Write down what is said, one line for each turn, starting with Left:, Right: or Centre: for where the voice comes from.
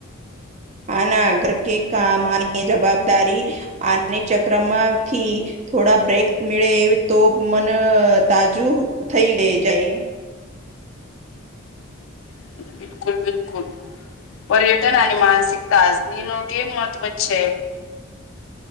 Right: આના ઘર કે કામ અને જવાબદારી અને ચક્રમાંથી. થોડા બ્રેક મળળે એ તો મન તાજું થઈ જાય.
Left: <unintelligible> પર્યટન અને માનસિક તાજની ન કેમ મહત્વ છે.